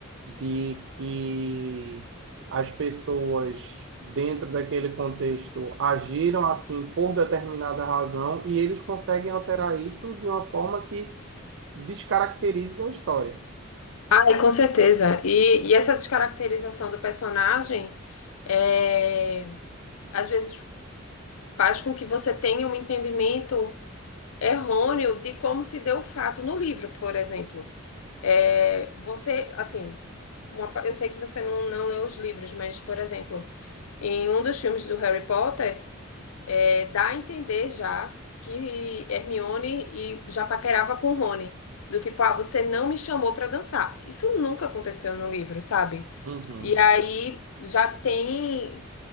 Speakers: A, on the right (about 60°); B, on the left (about 80°).
A: de que as pessoas dentro daquele contexto agiram assim por determinada razão e eles conseguem alterar isso de uma forma que descaracterizam a história.
B: Ai, com certeza. E, e essa descaracterização do personagem é, às vezes faz com que você tenha um entendimento errôneo de como se deu o fato no livro, por exemplo. É, você, assim, uma pa- eu sei que você não, não leu os livros, mas, por exemplo, em um dos filmes do Harry Potter. É, dá a entender já que Hermione e já paquerava com Rony. Do tipo, ah, você não me chamou pra dançar. Isso nunca aconteceu no livro, sabe?
A: Uhum,
B: E aí já tem,